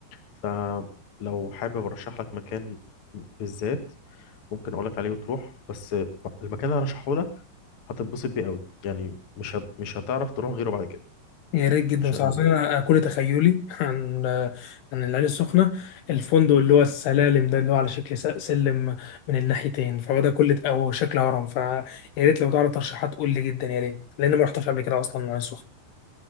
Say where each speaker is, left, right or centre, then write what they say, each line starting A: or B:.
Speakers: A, on the left (about 50°); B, on the left (about 75°).
A: فلو حابب ارشح لك مكان بالذات ممكن اقول لك عليه وتروح بس المكان اللي هرشحه لك هتنبسط بيه قوي يعني مش هت... مش هتعرف تروح غيره بعد كده
B: يا ريت جدا
A: عشان
B: بصراحة أصل أنا كل تخيلي <laughs> عن عن العين السخنة الفندق اللي هو السلالم ده اللي هو على شكل س- سلم من الناحيتين فهو ده كل أو شكل هرم فيا ريت لو تعرف ترشيحات قول لي جدا يا ريت لأن ما رحتش قبل كده أصلا العين السخنة